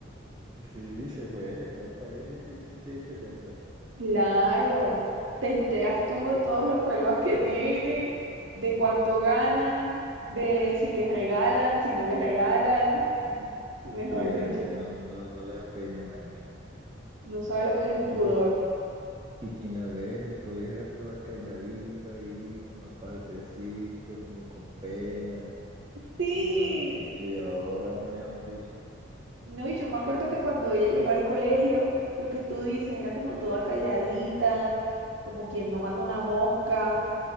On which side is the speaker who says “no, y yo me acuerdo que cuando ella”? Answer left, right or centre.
Right